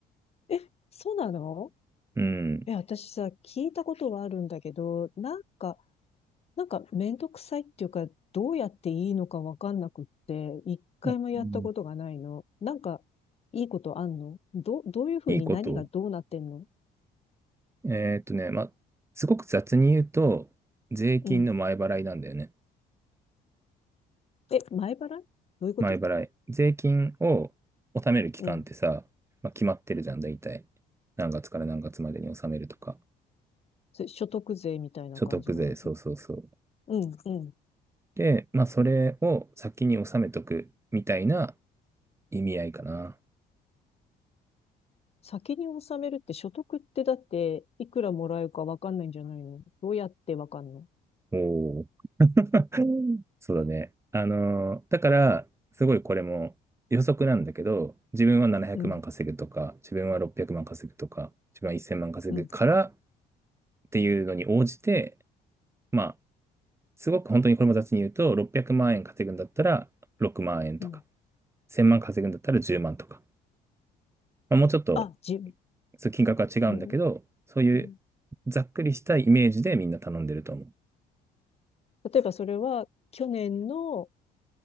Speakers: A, on the left; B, on the right.
A: え、そうなの
B: うん。
A: え、私さ、聞いたことはあるんだけど、なんか、なんかめんどくさいっていうか、どうやっていいのかわかんなくって、一回もやったことがないの。
B: あうん
A: なんか、いいことあんのど、どういうふうに何がどうなってんの
B: いいこと。えーっとね、ま、すごく雑に言うと、税金の前払いなんだよね。
A: うん。え、前払いどういうこと
B: 前払い。税金を納める期間ってさ、
A: うん。
B: まあ、決まってるじゃん、大体。何月から何月までに納めるとか。
A: それ所得税みたいな感じのこと
B: 所得税、そうそうそう。
A: うん、うん。
B: で、まあ、それを先に納めとくみたいな意味合いかな。
A: 先に納めるって所得ってだっていくらもらえるかわかんないんじゃないのどうやってわかんの
B: お <laughs> そうだね。あのー、だから、すごいこれも予測なんだけど、自分は700万稼ぐとか、
A: うん、
B: 自分は600万稼ぐとか、自分は1000万稼ぐからっ
A: うん、
B: ていうのに応じて、まあ、すごく本当にこれも雑に言うと、600万円稼ぐんだったら6万円とか、
A: うん。
B: 1000万稼ぐんだったら10万とか、まあ、もうちょっと
A: あ、自分、
B: そう金額は違うんだけど、
A: うー
B: そういう
A: ん
B: ざっくりしたイメージでみんな頼んでると思う。
A: 例えばそれは去年の、